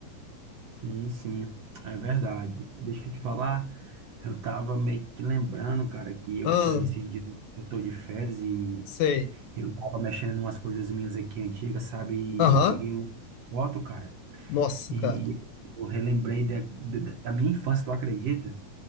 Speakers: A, on the right; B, on the left.
A: Sim, sim, é verdade. Deixa eu te falar, eu tava meio que lembrando, cara, que eu,
B: Ah,
A: eh, esses dias eu tô de férias e
B: sei.
A: eu tava mexendo em umas coisas minhas aqui antigas, sabe? E
B: Aham.
A: eu peguei uma foto, cara,
B: Nossa,
A: e
B: cara.
A: eu relembrei da, da da minha infância, tu acredita?